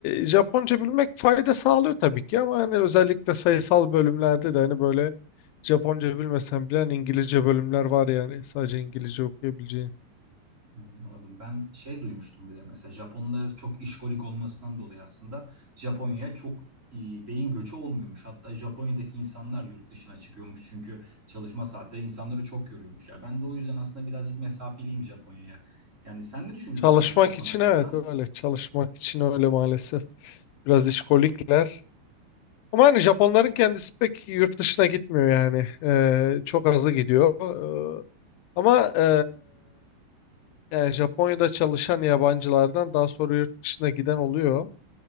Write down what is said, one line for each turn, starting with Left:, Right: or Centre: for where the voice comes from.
Left: Japonca bilmek fayda sağlıyor tabii ki ama hani özellikle sayısal bölümlerde de hani böyle Japonca bilmesen bile hani İngilizce bölümler var yani sadece İngilizce okuyabileceğin.
Right: Hmm, Anladım. Ben şey duymuştum bir de mesela Japonlar çok işkolik olmasından dolayı aslında Japonya'ya çok e, beyin göçü olmuyormuş. Hatta Japonya'daki insanlar yurt dışına çıkıyormuş çünkü çalışma saatleri insanları çok yoruyormuş. Ya ben de o yüzden aslında birazcık mesafeliyim Japonya'ya. Yani sen ne düşünüyorsun
Left: Çalışmak
Right: yani bu konu
Left: için
Right: hakkında?
Left: evet öyle. Çalışmak için öyle maalesef. Biraz işkolikler. Ama hani Japonların kendisi pek yurt dışına gitmiyor yani. Ee, çok azı gidiyor. Ee, ama ee, yani Japonya'da çalışan yabancılardan daha sonra yurt dışına giden oluyor.